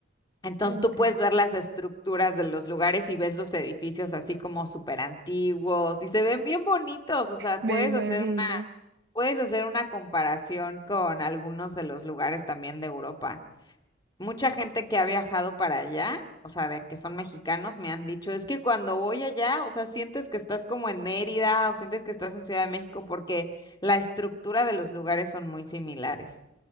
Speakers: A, on the left; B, on the right.
A: Entonces
B: ok.
A: tú puedes ver las estructuras de los lugares y ves los edificios así como súper antiguos y se ven bien bonitos, o sea,
B: Me
A: puedes
B: imagino.
A: hacer una, puedes hacer una comparación con algunos de los lugares también de Europa. Mucha gente que ha viajado para allá, o sea, de que son mexicanos, me han dicho, es que cuando voy allá, o sea, sientes que estás como en Mérida o sientes que estás en Ciudad de México porque la estructura de los lugares son muy similares.